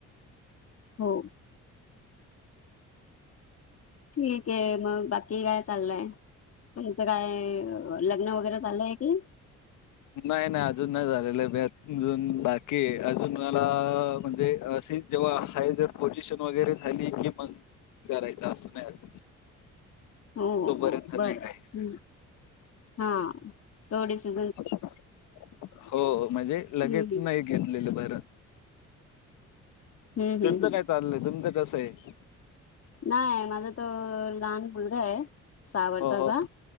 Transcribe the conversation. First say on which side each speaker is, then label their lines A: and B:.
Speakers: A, on the left; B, on the left.
A: हो. ठीक आहे, मग बाकी. कि काय चाललंय तुमचं, काय लग्नं वगैरे चाललंय कि नाय.
B: नाही नाही अजून नाही झालेलं, अजून बाकी अजून मला म्हणजे अशी. जेव्हा हाय जर पोजिशन वगैरे झाली, कि मग करायच असं नाही अजून.
A: हो.
B: तोपर्यंत
A: हो. बरं.
B: नाही काहीच.
A: हा. थोडीशी.
B: <inaudible> हो म्हणजे? लगेच
A: ठीक
B: नाही घेतलेलं बरं.
A: हम्म हम्म
B: तुमचं
A: हम्म
B: काय चाललंय, तुमचं कसं आहे.
A: नाय माझा तर लहान मुलगा आहे, सहा वर्षाचा.
B: हो हो